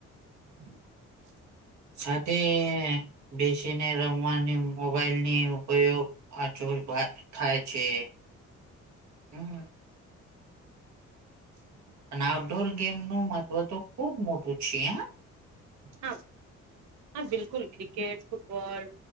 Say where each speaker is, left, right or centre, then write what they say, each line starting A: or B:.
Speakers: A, on the right (about 85°); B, on the right (about 65°).
A: <inaudible>
B: સાથે બેસીને રમવાની મોબાઈલની ઉપયોગ આચો થાય છે હમ
A: હ
B: અને આઉટડોર ગેમ નું મહત્ત્વ તો ખુબ મોટું છે
A: હા હા બિલકુલ cricket football